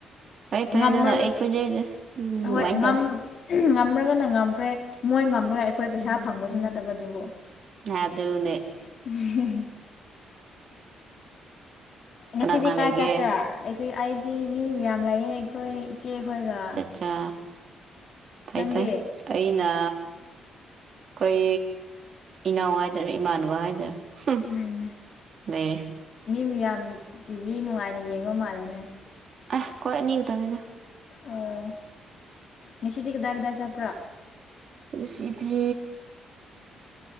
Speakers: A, on the right (about 50°); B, on the left (about 55°).
A: ꯐꯩ ꯐꯩ
B: ꯉꯝꯔꯕ
A: ꯑꯗꯨꯅ ꯑꯩꯈꯣꯏꯁꯦ ꯎꯝ ꯑꯗꯨꯃꯥꯏꯅ
B: ꯍꯣꯏ ꯉꯝ
A: ꯇꯧꯋꯦ
B: ꯉꯝꯔꯒꯅ ꯉꯝꯈ꯭ꯔꯦ ꯃꯣꯏ ꯉꯝꯃꯒ ꯑꯩꯈꯣꯏ ꯄꯩꯁꯥ ꯐꯪꯕꯁꯨ ꯅꯠꯇꯕꯗꯨꯕꯨ
A: ꯑꯗꯨꯅꯦ
B: <unintelligible> ꯉꯁꯤꯗꯤ
A: ꯀꯅꯥ ꯀꯅꯥ
B: ꯀꯥꯏ
A: ꯂꯩꯒꯦ
B: ꯆꯠꯄ꯭ꯔꯥ ꯑꯩꯈꯣꯏ ꯑꯩꯗꯤ ꯃꯤ ꯃꯌꯥꯝ ꯂꯩꯌꯦ ꯑꯩꯈꯣꯏ ꯏꯆꯦꯈꯣꯏꯒ
A: ꯆꯥ ꯐꯩ
B: ꯅꯪꯗꯤ
A: ꯐꯩ ꯑꯩꯅ ꯈꯣꯏ ꯏꯅꯥꯎ ꯍꯥꯏꯗꯣꯏꯔꯥ ꯏꯃꯥꯟꯅꯕ ꯍꯥꯏꯗꯣꯏꯔꯥ
B: ꯎꯝ
A: ꯂꯩꯔꯦ
B: ꯃꯤ ꯃꯌꯥꯝ ꯇꯤꯚꯤ ꯅꯨꯡꯉꯥꯏꯅ ꯌꯦꯡꯕ ꯃꯥꯜꯂꯦꯅꯦ
A: ꯑꯦꯍ ꯈꯣꯏꯅꯤ ꯑꯅꯤ ꯈꯛꯇꯅꯤꯗꯥ
B: ꯑꯣ ꯉꯁꯤꯗꯤ ꯀꯗꯥꯏ ꯀꯗꯥꯏ ꯆꯠꯄ꯭ꯔꯥ
A: ꯉꯁꯤꯗꯤ